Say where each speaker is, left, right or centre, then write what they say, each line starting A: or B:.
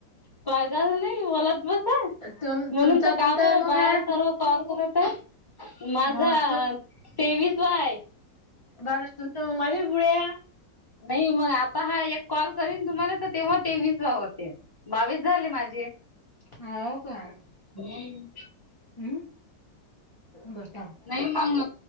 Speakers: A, on the left; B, on the left.
A: पागल नाही बलात बसा म्हणून
B: तुम तुमचा
A: तर
B: कोणता
A: का बर
B: आहे मग
A: बाया
B: हा?
A: सर्व कॉल कर तर माझा
B: हा
A: तेवीस वा आहे
B: बार तू माझ्या पुडया
A: नाही मग आता हा एक कॉल करीन तुम्हाला तर तेव्हा तेवीस होते बावीस झाले. माझे
B: हो का
A: हम्म.
B: हम् बस
A: नाही पग